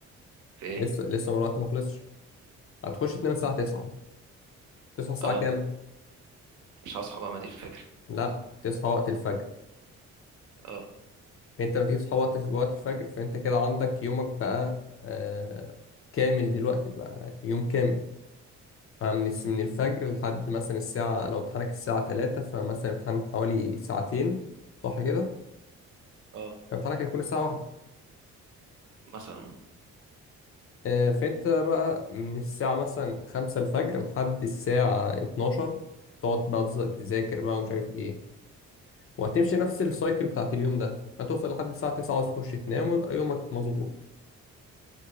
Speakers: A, on the right; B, on the left.
A: في إيه
B: لسه لسه من الوقت ما خلصش هتخش تنام الساعة تسعة تصحى الساعة
A: أه
B: كام؟
A: مش هصحى بقى ما دي الفكرة
B: لا تصحى وقت الفجر
A: اه
B: انت لما تيجي تصحى وقت وقت الفجر فانت كده عندك يومك بقى آه كامل دلوقتي بقى يوم كامل فمن الس- من الفجر لحد مثلا الساعة لو امتحانك الساعة 3 فمثلا امتحان حوالي ساعتين صح كده
A: اه
B: فامتحانك هيكون الساعة واحدة
A: مثلا
B: آه فانت بقى من الساعة مثلا 5 الفجر لحد الساعة 12 تقعد بقى تز- تذاكر بقى ومش عارف ايه وهتمشي نفس السايكل بتاعت اليوم ده هتوصل لحد الساعة 9 عاوز تخش تنام ويبقى يومك مظبوط